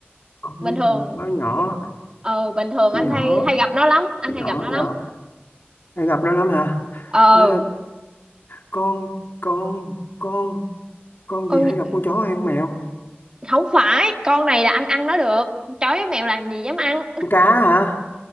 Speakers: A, on the left; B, on the right.
A: con
B: bình thường
A: nó nhỏ
B: ờ bình thường
A: nhỏ
B: anh hay hay gặp nó lắm anh
A: nhỏ
B: hay gặp nó
A: nhỏ
B: lắm
A: hay gặp nó lắm hả
B: ờ
A: à, con con con con
B: con
A: gì hay gặp con chó hay con mèo
B: không phải con này là anh ăn nó được chó với mèo làm gì dám ăn
A: con cá hả